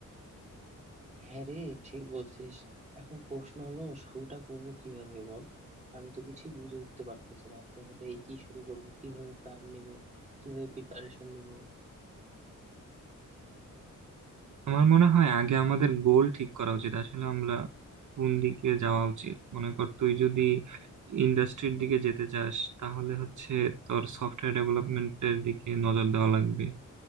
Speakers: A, on the right; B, on the right.
A: হ্যাঁ রে ঠিক বলছিস এখন প্রশ্ন হলো শুরুটা করব কিভাবে বল আমি তো কিছুই বুঝে উঠতে পারতেছি না কোথা থেকে কি শুরু করব কিভাবে প্ল্যান নিব কিভাবে প্রিপারেশন নিব
B: আমার মনে হয় আগে আমাদের গোল ঠিক করা উচিত আসলে আমরা কোন দিকে যাওয়া উচিত মনে কর তুই যদি ইন্ডাস্ট্রির দিকে যেতে চাস তাহলে হচ্ছে তোর সফটওয়্যার ডেভেলপমেন্টের দিকে নজর দেওয়া লাগবে